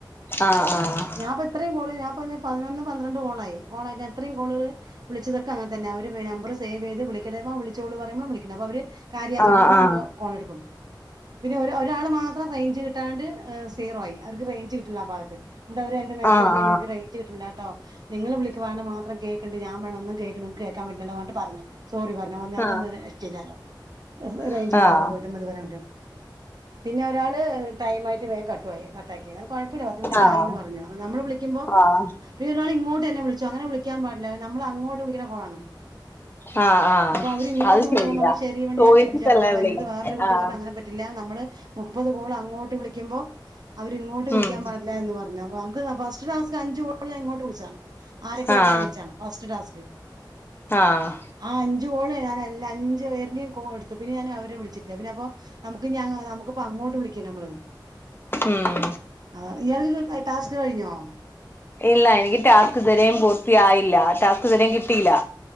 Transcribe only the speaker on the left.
ആഹ് ആഹ്
ആഹ് ആഹ് ആഹ്
ആഹ് ആഹ് ആഹ്
ആഹ്
ആഹ്
ആഹ് ആഹ്
ആഹ്
ആഹ് ആഹ്
അത്
ശരിയാ
ചോയിച്ചിട്ടല്ലേ
വിളിക്കുന്നെ
ആഹ്
ഉം
ആഹ്
ആഹ്
ഉം
ഇല്ല എനിക്ക് ടാസ്ക് ഇതെരേം പൂർത്തിയായില്ല ടാസ്ക് തരെം കിട്ടിയില്ല.